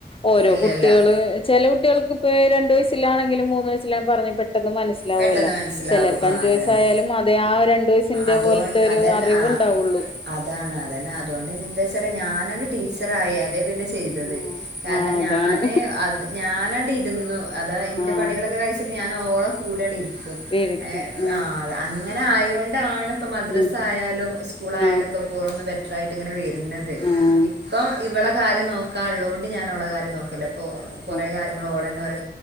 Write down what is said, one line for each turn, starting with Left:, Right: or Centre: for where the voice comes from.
Left: ഓരോ
Right: ഇല്ല
Left: കുട്ടികള്
Right: ഇല്ല
Left: ചെല കുട്ടികൾക്ക് ഇപ്പ രണ്ട് വയസിലാണെങ്കും മൂന്ന് വയസിലാ പറഞ് മനസിലാവലാ
Right: പെട്ടെന്ന് മനസ്സിലാകും
Left: ചിലർക്ക്
Right: ആ അതന്നെ
Left: അയായാലും അത ആ രണ്ട് വയസുപോലത്ത
Right: അതോ അതൻ
Left: അറി
Right: ആ
Left: ഉണ്ടാവുള്ളൂ
Right: അതാണ് അതന്നെ അതുകൊണ്ട് എന്താ വെച്ചാ ഞാൻ ടീച്ചറായി അതേ പിന്നെ ചെയ്തത്
Left: ആഹ്
Right: കാരണം
Left: ആഹ് അതാണ്
Right: ഞാൻ അത് ഞാനണ്ടി നിന്നു അതാ എന്റെ
Left: ആഹ്
Right: പണികളൊക്കെ കഴിച്ചിട്ട് ഞാൻ ഓളെ കൂടെങ്ങട് ഇരിക്കും
Left: ഇരിക്കും
Right: ഏഹ്
Left: ഉം
Right: അങ്ങനെ ആയൊണ്ടാണ് ഇപ്പോ മദ്രസ്സ
Left: ഉം
Right: ആയാലും സ്കൂളയാലുംഓക്കെ
Left: ആഹ്
Right: പോണത് ബെറ്റർ ആയി ഇങ്ങനെ വരുന്നത്
Left: ആഹ്
Right: ഇപ്പം ഇവളെ കാര്യം നോക്കാ ഉള്ളോണ്ട് ഞാനൻ ഓളെ കാര്യം നോക്കല്ല അപ്പോൾ കുറേ
Left: ആഹ്
Right: കാര്യങ്ങളൾ ഓൾ തന്നെ ഒരോ